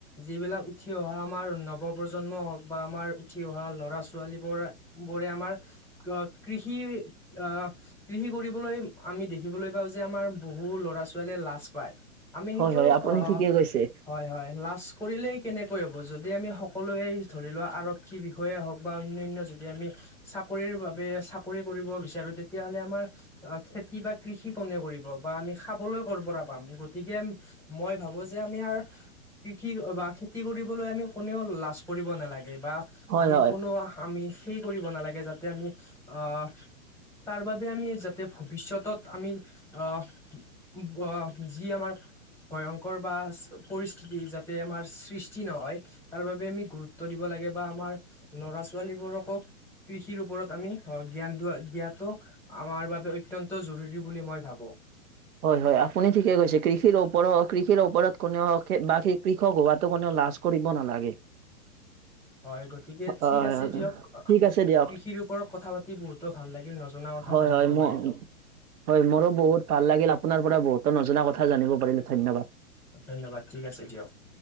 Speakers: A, in the centre; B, on the right.
A: যিবিলাক উঠি অহা আমাৰ নৱ প্ৰজন্ম হওক বা আমাৰ উঠি <unintelligible> ল'ৰা ছোৱালী বোৰ বোৰে আমাৰ অ' কৃষি অ' কৃষি ফুৰিলৈ আমি দেখিবলৈ পাওঁ যে আমাৰ বহু ল'ৰা ছোৱালীয়ে লাজ পায় আমি সেইটো
B: হয় হয় আপুনি
A: অ'
B: ঠিকে কৈছে
A: হয় হয় লাজ কৰিলেই কেনেক হ'ব যদি আমি সকলোৱে ধৰি লোৱা আৰক্ষী বিষয়ে হওক বা অনন্য়ানয় যদি আমি চাকৰি চাকৰি কৰিব বিচাৰো তেতিয়াহ'লে আমাৰ অ' খেতি বা কৃষি কোনে কৰিব বা আমি খাবলৈ কৰ পৰা পাম গতিকে মই ভাবো যে আমি কৃষি বা খেতি কৰিবলৈ আমি কোনেও লাজ কৰিব নালাগ গে বা
B: হয়
A: আমি
B: হয়
A: কোনো আমি সেই কৰিব নালাগে যাতে আমি অ', তাৰ বাবে আমি যাতে ভৱিষ্যতত আমি অ', উব, অ', যি আমাৰ ভয়ংকৰ বা পৰিস্থিতি যাতে আমাৰ সৃষ্টি নহয় তাৰ বাবে আমি গুৰুত্ব দিব লাগে বা আমাৰ ল'ৰা-ছোৱালীবোৰকক কৃষিৰ ওপৰত আমি অ', জ্ঞানটো দিয়াটো আমাৰ বাবে অত্যন্ত জৰুৰ ৰী বুলি মই ভাবো।
B: হয়, হয় আপুনি ঠিকে কৈছে, কৃষিৰ ওপৰত, কৃষিৰ ওপৰত কোনেও বা কৃষক হোৱাটো কোনেও লাজ কৰিব নালাগে।
A: হয় গতিকে
B: হয়
A: ঠিক আছে দিয়ক
B: ঠিক আছে দিয়ক
A: কৃষিৰ ওপৰত কথা পাতি বহুতো ভাল লাগিল নজনা কথা
B: হয়,
A: জানিব
B: হয়, ম'
A: পাৰিলো
B: হয় মোৰো বহুত ভাল লাগ গিল আপোনাৰ পৰা বহুতো নজনা কথা জানিব পাৰিলোঁ, ধন্যবাদ।
A: ধন্যবাদ, ঠিক আছে দিয়ক।